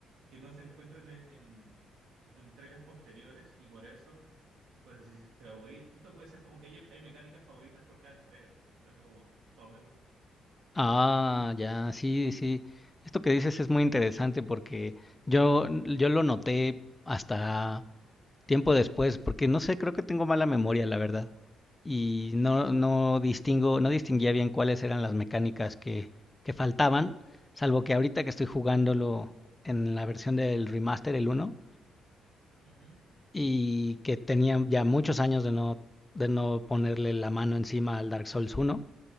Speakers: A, on the right; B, on the left.
A: que no se encuentran en, en entregas posteriores y por eso, por eso si favorito puede ser como que hay, hay mecánicas favoritas por cada entrega, po. por eso como todos me gustan.
B: Ah,
A: ¿Y tú?
B: ya, sí, sí. Esto que dices es muy interesante porque yo, yo lo noté hasta... Tiempo después, porque no sé, creo que tengo mala memoria, la verdad. Y no, no distingo, no distinguía bien cuáles eran las mecánicas que, que faltaban, salvo que ahorita que estoy jugándolo en la versión del remaster, el uno
A: Ujú.
B: y que tenía ya muchos años de no, de no ponerle la mano encima al Dark Souls uno,